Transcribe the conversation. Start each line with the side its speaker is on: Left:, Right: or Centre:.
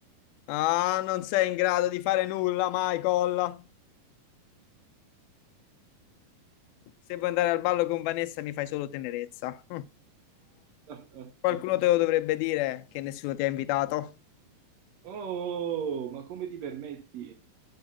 Left: Ah, non sei in grado di fare nulla, Michael. Se vuoi andare al ballo con Vanessa mi fai solo tenerezza.
Right: <laughs>
Left: Qualcuno te lo dovrebbe dire che nessuno ti ha invitato.
Right: Oh, ma come ti permetti?